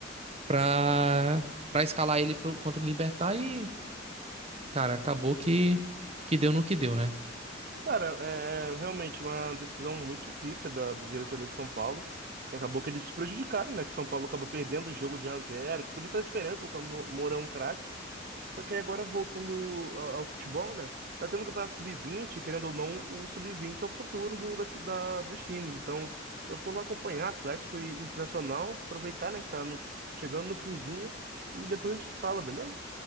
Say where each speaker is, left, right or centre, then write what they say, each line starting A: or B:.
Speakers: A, on the right; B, on the right.
A: Pra, pra escalar ele pro- contra o Libertad e, cara, acabou que, que deu no que deu, né?
B: Cara, é é realmente uma decisão muito pífia da, da diretoria de São Paulo. E acabou que eles se prejudicaram, né? Que São Paulo acabou perdendo o jogo de 1 a 0, que podia fazer diferença, porque o Moura é um craque. Só que agora voltando a- ao futebol, né? Tá tendo o campeonato sub-20, querendo ou não, o sub-20 é o futuro do, da, da- dos times. Então, eu vou lá acompanhar Atlético e Internacional, aproveitar, né, que tá no- chegando no finzinho, e depois a gente se fala, beleza?